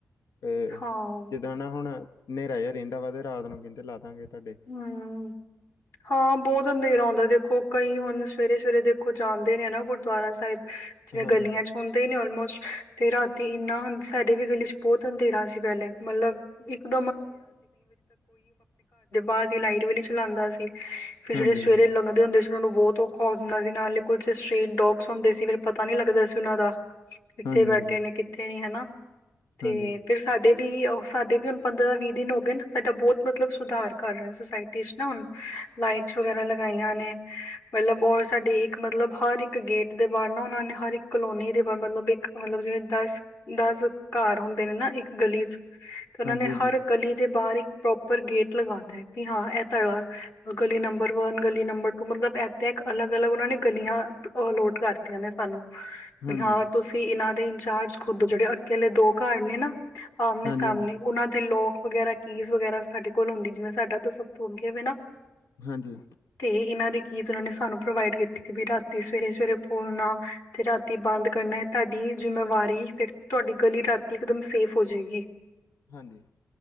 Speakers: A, on the left; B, on the left.
A: ਏ
B: ਹਾਂ
A: ਜਿੱਦਾਂ ਨਾ ਹੁਣ ਨੇਰਾ ਜਾ ਰੈਂ ਵ ਦਾ ਤੇ ਰਾਤ ਨੂੰ ਕੈਂਦੇ ਲਾਦਾਂ ਗੇ ਧਾਡੇ।
B: ਹੂੰ। ਹਾਂ ਬਹੁਤ ਅੰਧੇਰਾ ਹੁੰਦਾ ਦੇਖੋ ਕਈ ਹੁਣ ਸਵੇਰੇ-ਸਵੇਰੇ ਦੇਖੋ ਜਾਂਦੇ ਨੇ ਨਾ ਗੁਰਦੁਆਰਾ ਸਾਹਿਬ ਚੇਵੇਂ
A: ਹਾਂਜੀ,
B: ਗਲੀਆਂ ਚ ਹੁੰ ਨੇ ਔਲਮੋਸਟ, ਤੇ ਰਾਤੀ ਏਨਾ ਸਾਡੇ ਵੀ ਗਲੀ ਚ ਬਹੁਤ ਅੰਧੇਰਾ ਸੀ ਪੈਲੇ ਮਤਲਬ <unintelligible> ਬਾਰ ਦੀ ਲਾਈਟ ਵੀ ਨੀ ਚਲਾਦਾ ਸੀ, ਫਿਰ
A: ਹਾਂਜੀ-ਹਾਂਜੀ,
B: ਜੈੜੇ ਸਵੇਰੇ ਲੰਘਦੇ ਹੁੰਦੇ ਸੀ ਓਨਾਂ ਨੂੰ ਬਹੁਤ ਔਖਾ ਹੋ ਹੁੰਦਾ ਸੀ ਨਾਲੇ ਕੁਛ ਸਟ੍ਰੀਟ ਡੋਗਸ ਹੁੰਦੇ ਸੀ ਫਿਰ ਪਤਾ ਨੀ ਲੱਗਦਾ ਸੀ ਓਨਾਂ ਦਾ। ਕਿੱਥੇ
A: ਹਾਂਜੀ-ਹਾਂਜੀ,
B: ਬੈਠੇ ਨੇ ਕਿੱਥੇ ਨੀ ਹਨਾ, ਤੇ
A: ਹਾਂਜੀ,
B: ਫਿਰ ਸਾਡੇ ਵੀ ਸਾਡੇ ਵੀ ਹੁਣ ਪੰਦਰਾਂ ਦਾ ਵੀ ਦਿਨ ਹੋ ਗਏ ਸਾਡਾ ਬੌਤ ਮਤਲਬ ਸੁਧਾਰ ਕਰ ਰਏ ਸੁਸਾਇਟੀ ਚ ਨਾ ਹੁਣ ਲਾਈਟਸ ਵਗੈਰਾ ਲਗਾਈਆਂ ਨੇ, ਮਤਲਬ ਔਰ ਸਾਡੇ ਮਤਲਬ ਹਰ ਇੱਕ ਗੇਟ ਦੇ ਬਾਰ ਨਾ ਓਨਾਂ ਨੇ ਹਰ ਇੱਕ ਕਲੋਨੀ ਦੇ ਬ ਮਤਲਬ ਇੱਕ ਮਤਲਬ ਜਿਵੇਂ ਦਸ ਦਸ ਘਰ ਹੁੰਦੇ ਨੇ ਨਾ ਇੱਕ ਗਲੀ ਚ ਤੇ
A: ਹਾਂਜੀ-ਹਾਂਜੀ,
B: ਓਨੇ ਹਰ ਗਲੀ ਦੇ ਬਾਰ ਇੱਕ ਪ੍ਰੋਪਰ ਗੇਟ ਲਗਾ ਵੀ ਹਾਂ ਭੀ ਆ ਤਾ ਗਲੀ ਨੰਬਰ ਵਨ ਗਲੀ ਨੰਬਰ ਟੂ ਮਤਲਬ ਇ ਤਾਂ ਇੱਕ ਅਲੱਗ-ਅਲੱਗ ਓਨਾਂ ਨੇ ਗਲੀਆਂ ਆ ਨੋਟ ਕਰਤੀਆਂ ਨੇ ਸਾਨੂੰ।
A: ਹਾਂਜੀ,
B: ਵੀ ਹਾਂ ਤੁਸੀਂ ਏਨਾਂ ਦੇ ਇੰਚਾਰਜ ਖੁਦੋ ਜੇੜੇ ਅੱਗੇ ਵਾਲੇ ਦੋ ਘਰ ਨੇ ਨਾ ਆਮਣੇ-ਸਾਮਣੇ
A: ਹਾਂਜੀ-ਹਾਂਜੀ,
B: ਓਨਾਂ ਦੇ ਲੋਕ ਵਗੈਰਾ ਕੀਜ਼ ਵਗੈਰਾ ਸਾਡੇ ਕੋਲ ਹੁੰਦੀ ਜਿਵੇਂ ਸਾਡਾ ਤਾਂ ਸਭ ਤਣ ਗਿਆਵੇ ਨਾ <unintelligible>
A: ਹਾਂਜੀ
B: ਤੇ ਇਹਨਾਂ ਦੀ ਕੀਜ਼ ਉਹਨਾਂ ਨੇ ਸਾਨੂੰ ਪ੍ਰੋਵਾਈਡ ਕੀਤੀ ਵੀ ਰਾਤੀ ਸਵੇਰੇ ਸਵੇਰੇ ਖੋਲਨਾ ਤੇ ਰਾਤੀ ਬੰਦ ਕਰਨਾ ਹੈ ਤਾਡੀ ਜਿੰਮੇਵਾਰੀ ਫੇਰ ਤੁਹਾਡੀ ਗਲੀ ਰਾਤੀ ਇਕ ਦਮ ਸੇਫ ਹੋ ਜਾਏਗੀ। <inaudible> <inaudible>
A: ਹਾਂਜੀ